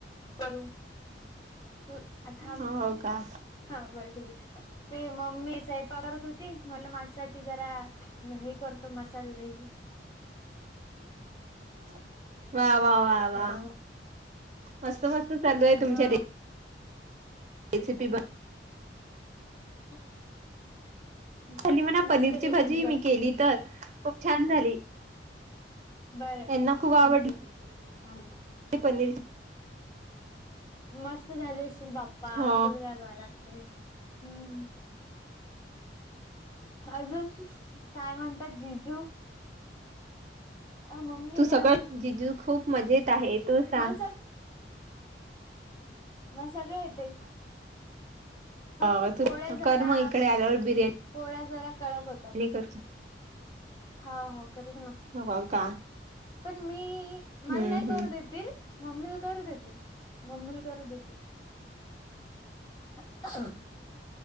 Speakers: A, on the left (about 20°); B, on the right (about 40°).
A: करू तू आता
B: हो का
A: हा बर ठीके आहे ते म्ममी साहेब करत होती म्हणलं माझ्यासाठी जरा हे करतो मसाला दही
B: हम्. वा वा वा वा
A: हॅलो
B: मस्त मस्त चालू ये तुमच्या
A: हा
B: रेसिपी
A: <unintelligible>
B: खली म्हणा
A: मस्त
B: पनीरची
A: रेसिपी
B: भाजी मी केली तर खूप छान झाली.
A: बर ठीक
B: यांना खूप आवडली
A: आहे ठीक आहे सांगते.
B: पनीर.
A: मस्त झाले लेशी तु बाप्पा
B: हो
A: तुला काय बा लागते हम् अजून काय म्हणतात जिजू मम्मी
B: तू
A: ना
B: सगळं जिजू खूप मजेत आहे तू
A: मला
B: सांग
A: ना सगळ येत.
B: हो
A: फक्त पोळ्या
B: तू
A: जरा
B: कर मग इकडे आल्यावर बिर्याणी
A: पोळ्या जरा कडक होतात
B: करतो
A: हो हो करेल ना
B: हो का
A: पण मी
B: हम्म
A: मला नाही करू
B: हम्म
A: देतील. मम्मीला करू देतील मम्मीला करू देतील. अ.